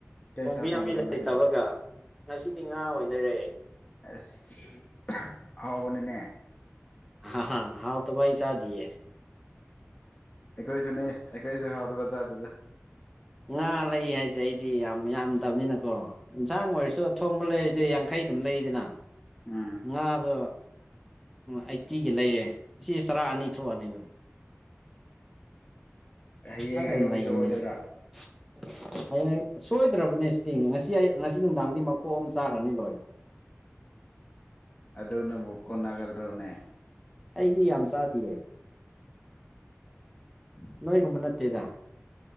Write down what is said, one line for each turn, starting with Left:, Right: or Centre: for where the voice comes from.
Left: ꯀꯩ
Centre: ꯐꯣꯝꯕꯤꯅꯕꯤ
Left: ꯏꯟꯁꯥꯡ ꯊꯣꯡꯗꯣꯏꯕ
Centre: ꯂꯩꯇꯕꯒ
Left: ꯉꯁꯤꯗꯤ
Centre: ꯉꯁꯤꯗꯤ ꯉꯥ ꯑꯣꯏꯅꯔꯛꯑꯦ
Left: ꯑꯁ ꯍꯥꯎꯕꯅꯦꯅꯦ
Centre: ꯍꯥ ꯍꯥꯎ ꯇꯕꯏ ꯆꯥꯗꯤꯦ
Left: ꯑꯩꯈꯣꯏꯁꯨꯅꯦ ꯑꯩꯈꯣꯏꯁꯨ ꯍꯥꯎꯗ ꯕꯖꯥꯔꯗꯨꯗ
Centre: ꯉꯥ ꯂꯩ ꯍꯥꯏꯁꯦ ꯑꯩꯗꯤ ꯌꯥꯝ ꯌꯥꯝꯗꯕꯅꯤꯅꯀꯣ ꯌꯦꯟꯁꯥꯡ ꯑꯣꯏꯔꯁꯨ ꯑ ꯊꯣꯡꯕ ꯂꯩꯔꯤꯗꯤ ꯌꯥꯡꯈꯩ ꯑꯗꯨꯝ ꯂꯩꯗꯅ
Left: ꯎꯝ
Centre: ꯉꯥꯗꯣ ꯑꯩꯠꯇꯤꯒꯤ ꯂꯩꯔꯦ ꯑꯁꯤ ꯆꯔꯥ ꯑꯅꯤ ꯊꯣꯛꯑꯅꯤ ꯑꯗꯨꯝ
Left: ꯍꯌꯦꯡ
Centre: ꯑꯗꯨꯝ
Left: ꯑꯌꯨꯒꯤꯁꯨ
Centre: ꯅꯩꯕꯅꯦ
Left: ꯑꯣꯏꯗꯣꯏꯔꯥ
Centre: <inaudible> ꯍꯌꯦꯡ ꯁꯣꯏꯗ꯭ꯔꯕꯅꯦ ꯁꯤꯗꯤ ꯉꯁꯤ ꯑꯩ ꯉꯁꯤ ꯅꯨꯡꯗꯥꯡꯗꯤ ꯃꯀꯣꯛ ꯑꯃ ꯆꯥꯔꯅꯤ ꯂꯣꯏꯔꯦ
Left: ꯑꯗꯨꯗ ꯅꯕꯨꯛꯣꯟꯅꯒꯗ꯭ꯔꯧꯅꯦ
Centre: ꯑꯩꯗꯤ ꯌꯥꯝ ꯆꯥꯗꯌꯦ
Left: ꯎꯝ
Centre: ꯅꯣꯏꯒꯨꯝꯕ ꯅꯠꯇꯦꯗ